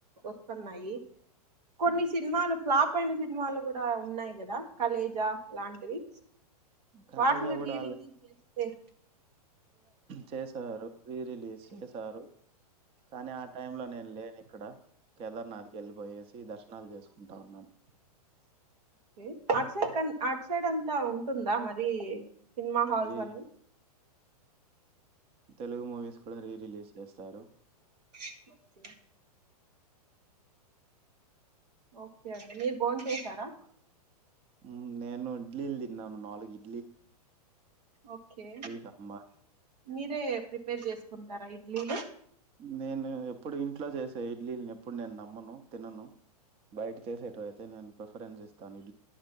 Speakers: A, on the right (about 90°); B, on the right (about 30°).
A: వస్తున్నాయి కొన్ని
B: హ్మ్.
A: సినిమాలు ప్లాఫ్ అయిన సినిమాలు కూడా ఉన్నాయి గదా కలేజా లాంటివి
B: 'కలేజా'
A: వాటిని
B: గూడా
A: రీరిలీజ్ జేస్తే
B: చేసారు రీ రిలీజ్ చేశారు కానీ ఆ టైమ్ లో నేన్ లేనిక్కడ కేదర్నాథ్కి ఎళ్ళిపోయేసి దర్శనాలు చేసుకుంటా ఉన్నాను
A: కే అట్ సైడ్ కన్ అట్ సైడ్ అంతా ఉంటుందా మరీ సినిమా హాల్స్
B: రీ
A: అన్నీ
B: తెలుగు మూవీస్ కూడా రీ రిలీజ్ చేస్తారు
A: <inaudible> ఓకే అండి బోంచేసారా
B: ఉ నేను ఇడ్లీలు తిన్నాను నాలుగు ఇ
A: ఓకే
B: సాంబార్.
A: మీరే ప్రిపేర్ చేసుకుంటారా ఇడ్లీలు
B: నేను ఎప్పుడు ఇంట్లో చేసే ఇడ్లీల్నెప్పుడు నేన్ న మ్మను తిన్నను బయట చేసేటివయితే నేను ప్రిఫరెన్స్ ఇస్తాని